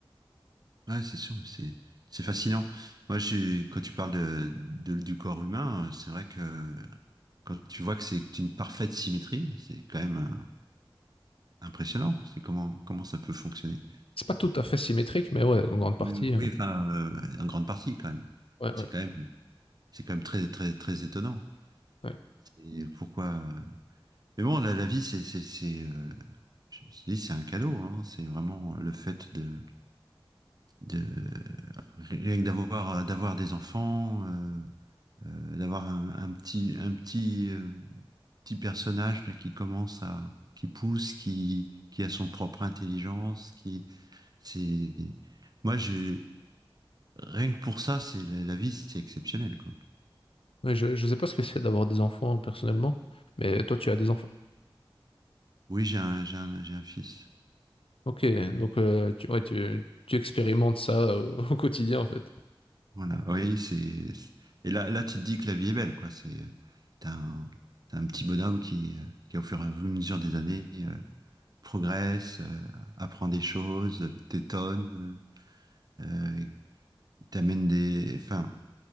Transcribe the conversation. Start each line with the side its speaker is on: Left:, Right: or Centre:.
Right: Ouais, c'est sûr, mais c'est c'est fascinant. Moi, j'ai quand tu parles de, de- du corps humain, euh, c'est vrai que quand tu vois que c'est une parfaite symétrie, c'est quand même euh, impressionnant. C'est comment comment ça peut fonctionner.
Left: C'est pas tout à fait symétrique, mais ouais, en grande partie.
Right: Oui, oui, oui,
Left: Ouais,
Right: enfin, euh, en grande partie quand même.
Left: ouais,
Right: C'est
Left: ouais.
Right: quand même c'est quand même très très très étonnant.
Left: ouais.
Right: Et pourquoi euh, Mais bon, la, la vie, c'est c'est c'est euh, je je dis, c'est un cadeau. Hein. C'est vraiment le fait de de rien que d'avoir d'avoir des enfants. euh, euh, d'avoir un, un petit, un petit, euh, petit personnage là, qui commence à, qui pousse, qui, qui a son propre intelligence, qui, c'est, moi j'ai, rien que pour ça, c'est la, la vie, c'est exceptionnel, quoi.
Left: Ouais, je ne sais pas ce que c'est d'avoir des enfants personnellement, mais toi tu as des enfants.
Right: Oui, j'ai un, j'ai un, j'ai un fils.
Left: Ok, donc euh, tu, ouais, tu, tu expérimentes ça au, <laughs> au quotidien en fait.
Right: Voilà. Oui, c'est, c'est- et là, là, tu te dis que la vie est belle, quoi. C'est, euh, t'as un, t'as un petit bonhomme qui, euh, qui au fur et à mesure des années, euh, progresse, euh, apprend des choses, t'étonne, euh, euh, il t'amène des. Enfin,